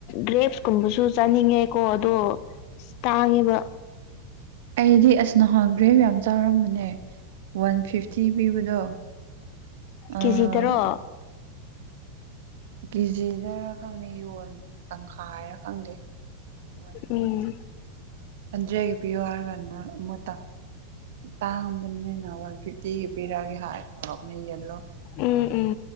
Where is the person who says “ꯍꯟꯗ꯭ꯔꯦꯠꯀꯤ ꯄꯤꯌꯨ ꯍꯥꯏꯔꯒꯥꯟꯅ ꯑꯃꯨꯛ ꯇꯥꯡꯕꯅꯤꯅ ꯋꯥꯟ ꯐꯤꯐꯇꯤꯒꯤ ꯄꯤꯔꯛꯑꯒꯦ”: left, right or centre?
Right